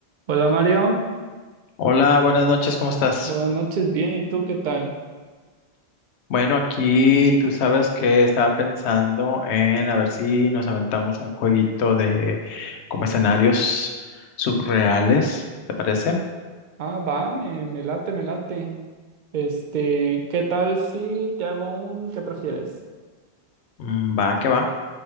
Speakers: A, on the right; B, on the left.
A: Hola Mario,
B: Hola, buenas noches, ¿cómo estás?
A: buenas noches, bien, ¿y tú qué tal?
B: Bueno, aquí tú sabes que estaba pensando en a ver si nos aventamos un jueguito de como escenarios subreales, ¿te parece?
A: Ah, va, me, me late, me late. Este, ¿qué tal si te hago un qué prefieres?
B: Mm, Va, que va.